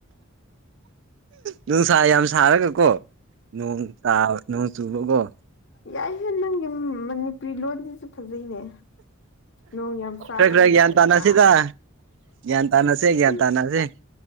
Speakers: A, on the right (about 55°); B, on the left (about 55°).
A: ꯅꯨꯡꯁꯥ ꯌꯥꯝ ꯁꯥꯔꯒꯀꯣ ꯅꯣꯡ ꯇꯥ ꯅꯣꯡ ꯆꯨꯕ ꯀꯣ
B: ꯌꯥꯏ ꯍꯦꯟꯅꯪ ꯃꯅꯤꯄꯨꯔꯤ ꯂꯣꯟꯁꯤꯁꯨ ꯐꯖꯩꯅꯦ ꯅꯣꯡ ꯌꯥꯝ ꯆꯥꯔꯒ
A: ꯈꯔ ꯈꯔ
B: ꯅꯣꯡ
A: ꯒ꯭ꯌꯥꯟ ꯇꯥꯅꯁꯤꯗ
B: ꯇꯥꯕ
A: ꯒꯌꯥꯟ ꯇꯥꯅꯁꯦ ꯒ꯭ꯌꯥꯟ
B: ꯎꯝ
A: ꯇꯥꯅꯁꯦ